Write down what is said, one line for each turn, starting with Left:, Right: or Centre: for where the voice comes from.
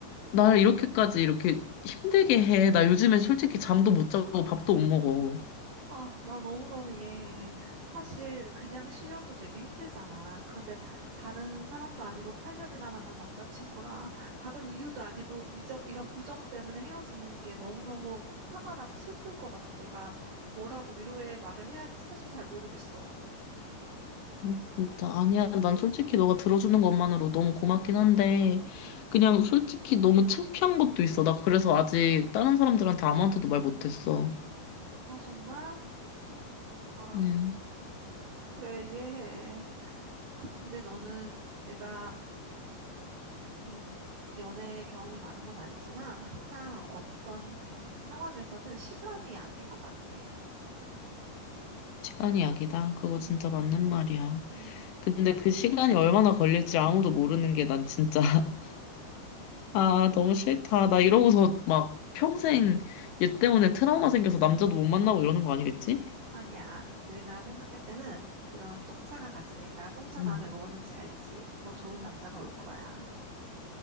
Left: 날 이렇게까지 이렇게 힘들게 해. 나 요즘에 솔직히 잠도 못 자고 밥도 못 먹어.
Right: 아, 나 너무너무 이해해. 사실 그냥 실연도 되게 힘들잖아. 그런데 다른 사람도 아니고 8년이나 만난 남자친구랑 다른 이유도 아니고 이저, 이런 부정 때문에 헤어지는 게 너무너무 화가 나고 슬플 것 같아. 내가 뭐라고 위로의 말을 해야 할지 사실 잘 모르겠어.
Left: 음, 진짜 아니야. 난 솔직히 너가 들어주는 것만으로 너무 고맙긴 한데 그냥 솔직히 너무 창피한 것도 있어. 나 그래서 아직 다른 사람들한테 아무한테도 말 못했어.
Right: 아, 정말? 아,
Left: 음,
Right: 그래, 이해해. 아, 근데 너는 내가, 음, 연애 경험이 많은 건 아니지만 항상 어떤 상황에서든 시간이 약인 것 같아.
Left: 시간이 약이다. 그거
Right: 음,
Left: 진짜 맞는 말이야.
Right: 음.
Left: 근데 그 시간이 얼마나 걸릴지 아무도 모르는 게 난 진짜 <laughs> 아, 너무 싫다. 나 이러고서 막 평생 얘 때문에 트라우마 생겨서 남자도 못 만나고 이러는 거 아니겠지?
Right: 아니야. 내가 생각할 때는 이런 똥차가 갔으니까 똥차
Left: 음,
Right: 다음에 뭐 오는지 알지. 더 좋은 남자가 올 거야.